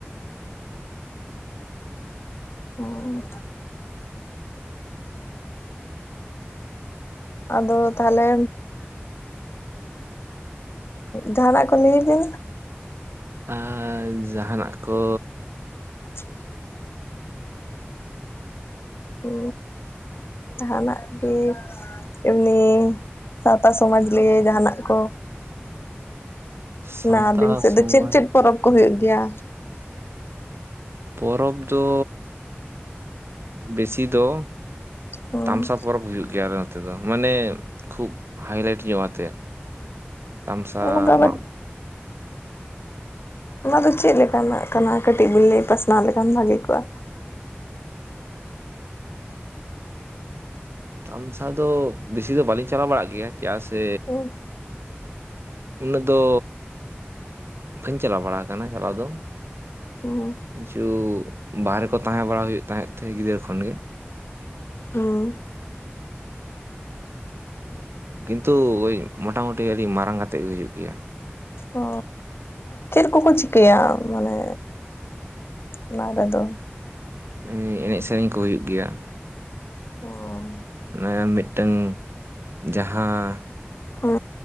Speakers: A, on the left; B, on the right.
A: ᱩᱸ ᱟᱫᱚ ᱛᱟᱦᱞᱮᱼᱼ ᱡᱟᱦᱟᱱᱟᱜ ᱠᱚ ᱞᱟᱹᱭ ᱫᱟ,
B: ᱟᱸ ᱡᱟᱦᱟᱸᱱᱟᱜ ᱠᱚᱼᱼ
A: <inaudible> ᱚ ᱡᱟᱦᱟᱸᱱᱟᱜ ᱜᱮᱼᱼ ᱮᱢᱱᱤ ᱥᱟᱸᱣᱛᱟ ᱥᱚᱢᱟᱡᱽ ᱞᱤᱭᱮ ᱡᱟᱦᱟᱸᱱᱟᱜ ᱠᱚᱼᱼ
B: ᱥᱟᱶᱛᱟ
A: ᱞᱟ ᱟᱹᱵᱤᱱ ᱥᱮᱫ
B: ᱥᱚᱢᱟᱡᱽ
A: ᱫᱚ ᱪᱮᱫ ᱪᱮᱫ ᱯᱚᱨᱚᱵᱽ ᱠᱚ ᱦᱤᱭᱩᱜ ᱜᱮᱭᱟ?
B: ᱯᱚᱨᱚᱵᱽ ᱫᱚᱻ ᱵᱮᱥᱤ ᱫᱚᱼᱼ
A: ᱦᱩᱸ
B: 'ᱛᱟᱢᱥᱟ' ᱯᱚᱨᱚᱵᱽ ᱦᱩᱭᱩᱜ ᱜᱮᱭᱟ ᱟᱞᱮ ᱱᱚᱛᱮ ᱫᱚ ᱢᱟᱱᱮ ᱠᱷᱩᱵ ᱦᱟᱭᱞᱟᱭᱤᱴ ᱧᱚᱜ ᱟᱛᱮᱫ᱾ ᱛᱟᱢᱥᱟ
A: ᱚᱱᱟ ᱫᱚ ᱟᱵᱟᱨ
B: ᱢᱟᱜ
A: ᱚᱱᱟᱫᱚ ᱪᱮᱫ ᱞᱮᱠᱟᱱᱟᱜ ᱠᱟᱱᱟ ᱠᱟᱹᱴᱤᱡ ᱵᱤ ᱞᱟᱹᱭ ᱯᱟᱥᱱᱟᱣ ᱞᱮᱠᱷᱟᱱ ᱵᱷᱟᱹᱞᱤ ᱠᱚᱜ-ᱟ᱾
B: ᱛᱟᱢᱥᱟ ᱫᱚ ᱵᱮᱥᱤ ᱫᱚ ᱵᱟᱹᱞᱤᱧ ᱪᱟᱞᱟᱜ ᱵᱟᱲᱟᱜ ᱜᱮᱭᱟ ᱪᱮᱫᱟᱜ ᱥᱮᱼᱼ
A: ᱦᱩᱸ
B: ᱩᱱᱟᱹᱜ ᱫᱚᱼᱼ ᱵᱟᱹᱧ ᱪᱟᱞᱟᱣ ᱵᱟᱲᱟ ᱟᱠᱟᱱᱟ ᱪᱟᱞᱟᱣ ᱫᱚ,
A: ᱚᱸ
B: ᱠᱤᱪᱷᱩ ᱵᱟᱦᱨᱮ ᱠᱚ ᱛᱟᱦᱮᱸ ᱵᱟᱲᱟ ᱦᱩᱭᱩᱜ ᱛᱟᱦᱮᱸᱫ ᱛᱮ ᱜᱤᱫᱽᱨᱟᱹ ᱠᱷᱚᱱ ᱜᱮ,
A: ᱦᱩᱸ
B: ᱠᱤᱱᱛᱩ ᱳᱭ ᱢᱚᱴᱟ ᱢᱩᱴᱤ ᱟᱹᱰᱤ ᱢᱟᱨᱟᱝ ᱠᱟᱛᱮᱫ ᱜᱮ ᱦᱩᱭᱩᱜ ᱜᱮᱭᱟ᱾
A: ᱚ ᱪᱮᱫ ᱠᱚ-ᱠᱚ ᱪᱤᱠᱟᱹᱭᱟ ᱢᱟᱱᱮᱼᱼ ᱚᱱᱟᱨᱮ ᱫᱚ
B: ᱩᱱᱤ ᱮᱱᱮᱡ ᱥᱮᱨᱮᱧ ᱠᱚ ᱦᱩᱭᱩᱜ ᱜᱮᱭᱟ᱾
A: ᱚᱻ
B: ᱢᱟᱱᱮ ᱢᱤᱫᱴᱟᱹᱝ ᱡᱟᱦᱟᱸᱻ
A: ᱦᱳ